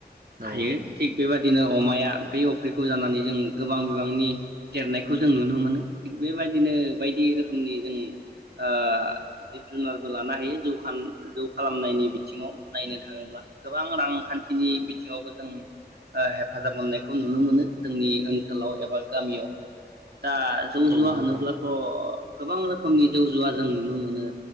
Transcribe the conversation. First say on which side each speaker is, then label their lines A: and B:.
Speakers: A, on the right; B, on the right.
A: हायो
B: औ
A: थिग बेबादिनो दिनो अमाया बै अफ्रिखौ जानानै जों गोबां बिबांनि देरनायखौ जों नुनो मोनो थिग बेबायदि बिदिनो बायदि रोखोमनि जों ओ जिब जुनारबो लानो हायो जौ जौ खालामनायनि बिथिङाव नायनो थाङोब्ला गोबां रांखान्थिनि बिथिङावबो जों हेफाजाब मोननायखौ नुनो मोनो जोंनि ओनसोलाव एबा गामियाव दा जौ
B: औ
A: जुवा होनोब्लाथ'
B: नोंथां
A: गोबां रोखोमनि जौ जुवा जों नुनो मोनो